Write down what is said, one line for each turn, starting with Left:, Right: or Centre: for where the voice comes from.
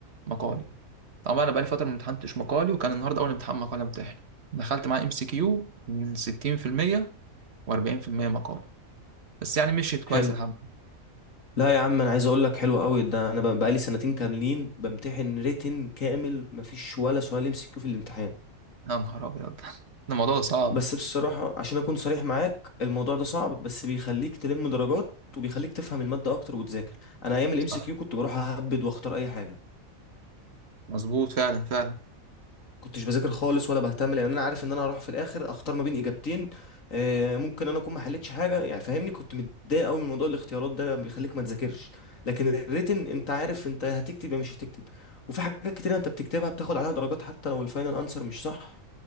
Right: مقالي طبعا انا بقالي فتره ما امتحنتش مقالي وكان النهارده اول امتحان مقالي امتحن دخلت معاه ام سي كيو من 60% و40% مقالي بس يعني مشيت كويس
Left: حلو
Right: الحمد
Left: لا يا عم انا عايز اقول لك حلو قوي ده انا بقى- بقالي سنتين كاملين بمتحن ريتن كامل مفيش ولا سؤال يمسكه في الامتحان
Right: لله يا نهار ابيض <laughs> ده الموضوع ده صعب
Left: بس بصراحة عشان اكون صريح معاك الموضوع ده صعب بس بيخليك تلم درجات وبيخليك تفهم المادة اكتر وتذاكر انا ايام الام
Right: صح
Left: سي كيو كنت بروح اهبد واختار اي حاجة
Right: مظبوط فعلا فعلا
Left: كنتش بذاكر خالص ولا بهتم لان انا عارف ان انا هروح في الاخر اختار ما بين اجابتين آه، ممكن انا اكون ما حلتش حاجه يعني فاهمني كنت متضايق قوي من موضوع الاختيارات ده بيخليك ما تذاكرش لكن الريتن انت عارف انت هتكتب يا مش هتكتب وفي حاجات كتير انت بتكتبها بتاخد عليها درجات حتى لو الفاينل انسر مش صح